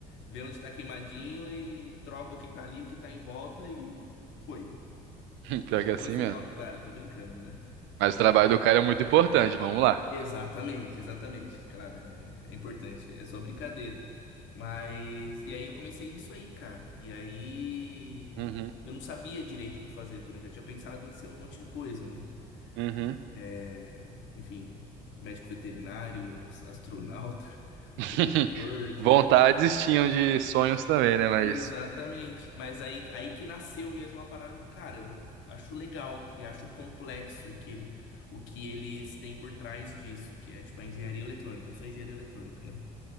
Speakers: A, on the left (about 65°); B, on the right (about 65°).
A: vê onde tá queimadinho e troca o que tá ali, o que tá em volta e foi.
B: <laughs> Pior
A: É, A
B: que é assim
A: grosso
B: mesmo.
A: modo, claro, eu tô brincando, né?
B: Mas o trabalho do cara é muito importante, vamos lá.
A: Exatamente, exatamente. Claro, é, é importante, é só brincadeira. Mas, e aí eu comecei nisso aí, cara. E aí
B: Uhum.
A: eu não sabia direito o que fazer também, já tinha pensado em ser um monte de coisa, né?
B: Uhum.
A: É, enfim, médico veterinário, astronauta, <laughs>
B: <laughs>
A: professor de
B: Vontades tinham de sonhos também, né? Mas
A: Exatamente. Mas aí, aí que nasceu mesmo a parada. Cara, eu acho legal e acho complexo o que ele, o que eles têm por trás disso, que é tipo a engenharia eletrônica. Eu sou engenheiro eletrônico, né?